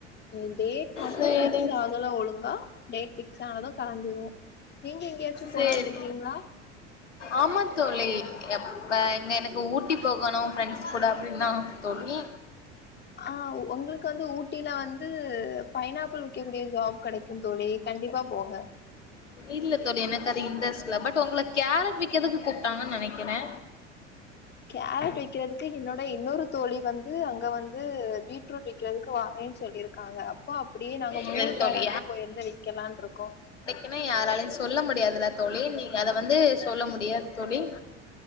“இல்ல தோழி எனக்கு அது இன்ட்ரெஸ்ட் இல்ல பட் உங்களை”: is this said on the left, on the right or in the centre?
Left